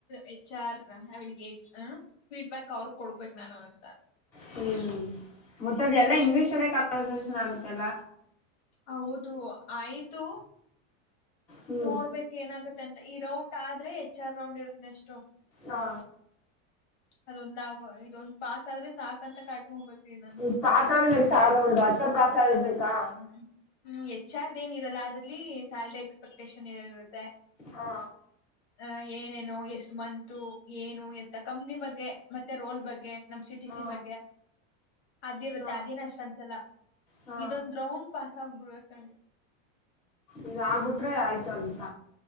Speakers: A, on the left (about 60°); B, in the centre.
A: ಅ ಚಾರ್ ವಿಲ್ ಗೇಟ್ ಹ ಫೀಡ್ಬ್ಯಾಕ್ ಅವ್ರಗ್ ಕೊಡ್ಬೇಕೇಕ್ ನಾನು ಅಂತ
B: ಹ್ಮ್ ಮೊತ್ತದ ಎಲ್ಲಾ
A: ಅಷ್ಟೆ
B: ಇಂಗ್ಲಿೀಷ್ಲ್ಲೇ ಕನ್ ಆಗುತ್ತೆಲ್ಲ
A: ಹೌದು ಆಯ್ತು
B: ಹ್ಮ್
A: ನೋಡ್ಬೇಕಕ್ ಏನಾಗತ್ತೆ ಅಂತ ಈ ರೌಂಡ್ ಆದ್ರೆ ಹೆಚ್ ಆರ್ ರೌಂಡ್ ಇರತ್ತನೆಷ್ಟು
B: ಹಾ
A: ಅದೊಂದಾಗ ಇದೊಂದ್ ಪಾಸ್ ಆದ್ರೆ ಸಾಕಕ್ ಅಂತ ಕಾಯ್ಕೊಂಡ್ ಹೋಗತೀಿ ನಾನು
B: ಈ ಪಾತ ಎಷ್ಟ ಆಾರ ಒಂದು ಹತ್ತರ ಪಾತ ಇರ್ಬೇಕಾ
A: ಹ್ಮ್ ಹ್ಮ್ ಹೆಚ್ರ್ ಏನ್ ಇರಲ್ಲ ಅದ್ರಲ್ಲಿ ಸ್ಯಾಲ್ರಿ ಎಕ್ಸ್ಪೆಕ್ಟೇಷನ್ ಏನಿರುತ್ತೆ
B: ಹಾ
A: ಅ ಏನೇನೋ ಎಷ್ಟು ಮಂತು ಏನು ಎತ್ತ ಕಂಪ್ನಿ ಬಗ್ಗೆ ಮತ್ತೆ ರೋಲ್ ಬಗ್ಗೆ ನಮ್ ಸಿ ಟಿ
B: ಹಾ
A: ಸಿ ಬಗ್ಗೆ ಅದುಿರುತ್ತೆ
B: ಹಾ
A: ಅದಿನ ಅಷ್ಟ ಅನ್ಸಲ
B: ಹಾ
A: ಇದೊಂದ ರೌ್ ಪಾಸ್ ಆಬ ಬಿಡ್ಬೇಕೆ
B: ಈಗ ಆಗ್ಬಿಟ್ರೆ ಆಯ್ತು ಉಂತ